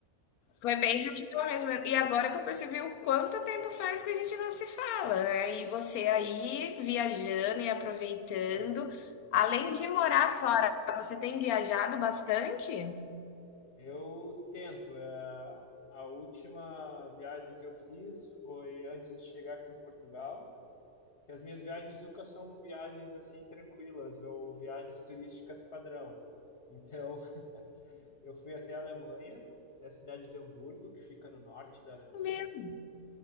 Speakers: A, on the left; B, on the left.
A: Foi bem radical mesmo. E agora que eu percebi o quanto tempo faz que a gente não se fala, né? E você aí viajando e aproveitando.
B: Pois,
A: Além de morar fora, você tem viajado bastante?
B: eu tento. a a última viagem que eu fiz foi antes de chegar aqui em Portugal. que as minhas viagens nunca são viagens assim tranquilas ou viagens turísticas padrão. Então, <laughs> eu fui até a Alemanha, até a cidade de Hamburgo, que fica no norte da Alemanha,
A: Meu.